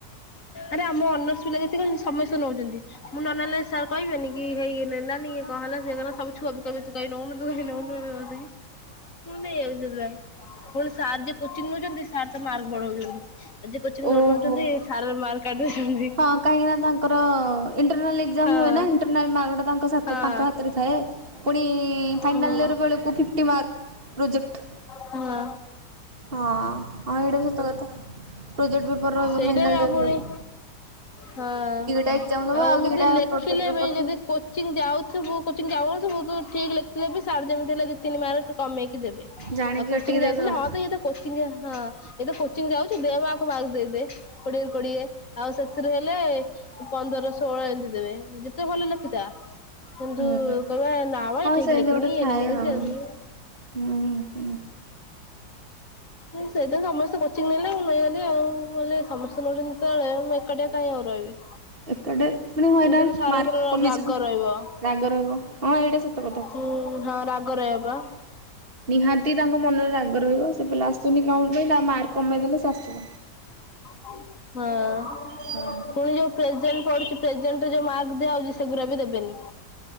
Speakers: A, on the left; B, on the right.
A: ଆରେ ଆମ ଅନର୍ସ ପିଲା ଯେତିକି ଅଛନ୍ତି ସମସ୍ତେ ନଉଛନ୍ତି। ମୁଁ ନ ନେଲେ ସାର୍ କହିବେନିକି ହେଇ ଇଏ ନେଲାନି ଇଏ କହେଲା ସିଏ କ ହେଲା ସବୁ ଛୁଆବି କହିବେ ତୁ କାଇଁ ନଉନୁ ନଉନୁ। ମୁଁ ନେଇଯାଉଚି ସେଥିପାଇଁ ପୁଣି ସାର୍ ଯିଏ କୋଚିଂ ନୋଉଛନ୍ତି ସାର୍ ତ ମାର୍କ ବଢଉଛନ୍ତି ଆଉ ଯିଏ କୋଚିଂ ନ
B: ଓହୋ।
A: ନୋଉଛନ୍ତି ସାର୍ ମାର୍କ କାଟି ଦଉଛନ୍ତି।
B: ହଁ କାହିଁକି ନା ତାଙ୍କର ଇଣ୍ଟରନାଲ ଏକ୍ସଜାମ
A: ହଁ
B: ହୁଏ ନା ଇଣ୍ଟେରନାଲ ମାର୍କ ତାଙ୍କ ସାଥି
A: ହଁ
B: ତ ତାଙ୍କ ହାତରେ ଥାଏ ପୁଣି ଫାଇନାଲ୍
A: ହୁଁ
B: ଇୟର ବେଳକୁ ଫିଫ୍ଟି ମାର୍କ ପ୍ରୋଜେକ୍ଟ।
A: ହଁ।
B: ହଁ ଏଇଟା ବି ସତ କଥା ପ୍ରୋଜେକ୍ଟ ପେପର ରହିବ
A: ସେଇଟା
B: ଫାଇନାଲ୍
A: ବି ଆ
B: ଇୟର
A: ପଣି
B: ବେଳକୁ।
A: ହଁ
B: ଦିଟା ଏକ୍ଜାମ ଦବ
A: ଆଉ ଏମିତି
B: ଦିଟା
A: ଲେଖିଲେ
B: ପ୍ରୋଜେକ୍ଟ ପେପର
A: ବି
B: ଥାଏ।
A: ଯଦି କୋ କୋଚିଂ ଯାଉଥିବୁ କୋଚି ଯାଉନଥିବୁ ଠିକ ଲାଗିଥିଲେ ବି ସାର୍ ଯେମିତି ଦି ତିନି ମାର୍କ କମେଇକି ଦେବେ ଆଉ
B: ଜାଣିକି
A: କୋଚିଂ
B: କାଟିକି ଦେବେ
A: ଯାଉଥିଲେ
B: ଆଉ।
A: ହଁ ତ ଇଏତ କୋଚିଂ ହଁ ଇଏ ତ ଯାଉଛି ଦେମ ଆକୁ ମାର୍କ ଦେଇଦେ କୋଡିଏ ରୁ କୋଡିଏ ଆଉ ସେଥିରେ ହେଲେ ହେଲେ ପନ୍ଦର ଷୋହଳ ଏମିତି ଦେବେ ଯେତେ ଭଲ ଲେଖିଥା। କିନ୍ତୁ
B: ହୁଁ ହୁଁ
A: କହିବେ ନାବା
B: ହଁ
A: ଇଏ ଠିକି
B: ସେମିତି
A: ଲେଖିନି
B: ଗୋଟେ
A: ଇଏ
B: ଥାଏ
A: ଲେଖିନି
B: ଆଉ।
A: ସିଏ ଲେଖିନି।
B: ହୁଁ ହୁଁ।
A: ସେଥିପାଇଁ ସମସ୍ତେ କୋଚିଂ ନେଲେ ମୁଁ ନେଇଗଲି ଆଉ ମୁଁ କହିଲି ସମସ୍ତେ ନଛନ୍ତି ଯେତେବେଳେ ମୁଁ ଏକାଟିଆ କାଇଁ ଆଉ ରହିବି।
B: ଏପଟେ ମାନେ ହଇରାଣ
A: ଏମିତି ହେଲେ ସାରଙ୍କର
B: ମାର୍କ କମିଯିବ।
A: ରାଗ ରହିବ।
B: ରାଗ ରହିବ ହଁ ଏଇଟା ସତ କଥା।
A: ହୁଁ ହଁ ରାଗ ରହିବ ବା।
B: ନିହାତି ତାଙ୍କ ମନରେ ରାଗ ରହିବ ସେ ପିଲା ଆସୁନି କଣ ପାଇଁ ତା ମାର୍କ କମେଇ ଦେଲେ ସେ ଆସିବ।
A: ହଁ
B: ହଁ
A: ପୁଣି ଯୋଉ ପ୍ରେଜେଣ୍ଟ ପଡୁଛି ପ୍ରେଜେଣ୍ଟରେ ଯୋଉ ମାର୍କ ଦିଆହେଉଛି ସେଗୁରାକ ବି ଦେବେନି।